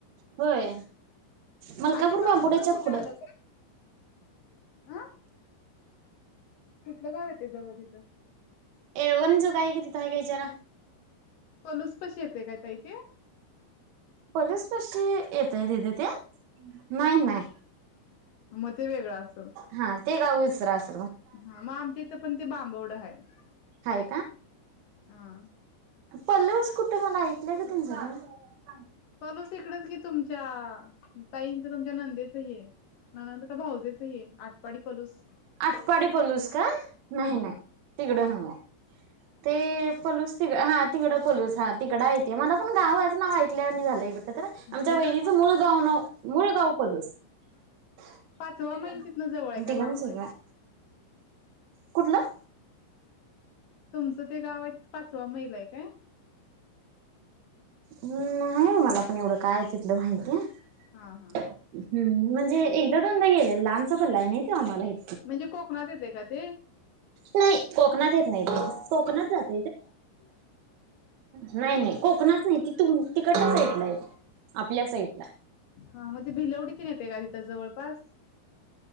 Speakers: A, on the right; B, on the left.
A: होय मलकापूर
B: आई ते बांबवडं
A: बांबोड्याच्या
B: कुठे
A: पुढं
B: आलं गं? अं कुठलं गाव येत जवळ तिथं?
A: येळवन जुगाई काय तिथं हाय का विचारा.
B: पलूस पशी येते काय ताई ते?
A: पलसपशी येतय दीदी ते नाही नाही
B: मग ते वेगळं असेल
A: हा. ते गाव दुसरं अस
B: हा मग आमच्या इथं पण ते बांबवडं आहे. <unintelligible>
A: हाय
B: हं.
A: पल्लवस कुठं मला ऐकलं ग <unintelligible>
B: पलूस इकडेच की तुम च्या ताईंच तुमच्या नंदेच ही ननंद का भाऊजेच ही आठपाडी पलूस.
A: आटपाडी पलूस का नाही
B: हम्म
A: नाही तिकडं न्हव. ते पलूस तिकड हा तिकडं पलूस हा तिकडं ऐतेे मला पण गावाचं नाव ऐकलं वाणी झालं इकड तर आमच्या
B: हा इकडं
A: वहिनीचं मूळ गाव नाव मुळ गाव पलूस <unintelligible>
B: पाचवा मैल तिथनं जवळ आहे काय बांबवड्या
A: कुठलं?
B: तुमचं ते गावा आहे तिथं पाचवा मैल आहे काय?
A: न्हाई ओ मला पन एवढं काय तिथलं माहिती.
B: हा हा
A: हं म्हंजे ए <unintelligible> लांबचा पल्ला हाय नाय कां माहित?
B: म्हणजे कोकणात येतंय कां ते?
A: नाई. कोकनात येतं नाई. कोकनात जात
B: <inaudible>
A: नाही नाही कोकनात नाही ती तुम तिकडच्या साईडला आहे आपल्या साईट
B: हा म्हंजे भिलवडी येते तिथं जवळपास.